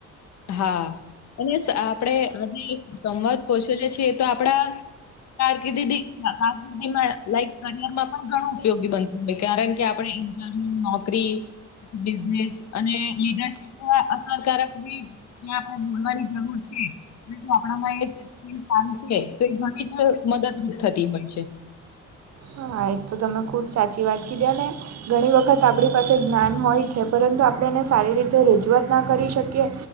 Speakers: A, on the left; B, on the right.
A: હા. અને સ આપડે આજે સંવાદ કૌશલ્ય છે, એ તો આપડા કારકિર્દી દી, કારકિર્દીમાં, લાઈક કરિયર માં પણ ઘણું ઉપયોગી બનતું હોય, કારણ કે આપણે ઈન્ટરવ્યુ, નોકરી પછી બિઝનેસ, અને લીડરશીપ પણ અસરકારક એ આપડે બોલવાની જરૂર છે. જો આપણામાં એ સ્કીલ સારી છે, તો એ ઘણી જ મદદરૂપ થતી હોય છે.
B: હા, એ તો તમે ખૂબ સાચી વાત કીધી, અને ઘણી વખત આપડી પાસે જ્ઞાન હોય છે, પરંતુ આપણે એને સારી રીતે રજૂઆત ના કરી શકીએ